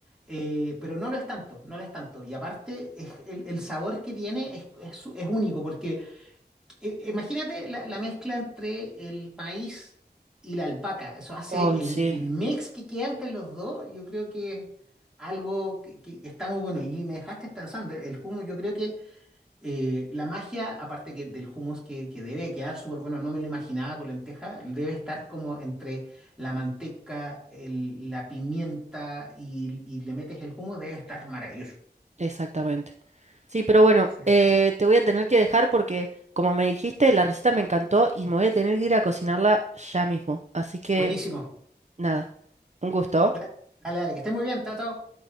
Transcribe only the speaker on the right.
Ay,
sí,
exactamente. Sí, pero bueno,
eh, te voy a tener que dejar porque, como me dijiste, la receta me encantó y me voy a tener que ir a cocinarla ya mismo. Así que,
nada, un gusto.